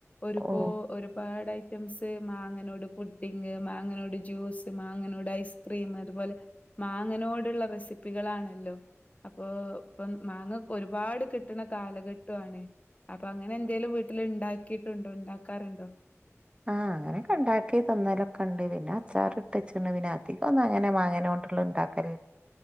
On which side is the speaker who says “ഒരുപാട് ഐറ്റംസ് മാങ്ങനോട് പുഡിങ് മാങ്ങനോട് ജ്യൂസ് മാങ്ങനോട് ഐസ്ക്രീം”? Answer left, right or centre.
Left